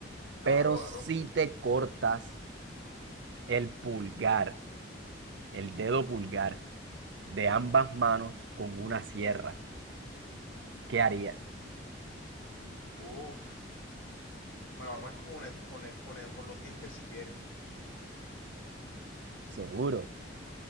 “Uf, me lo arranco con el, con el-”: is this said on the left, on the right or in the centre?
Left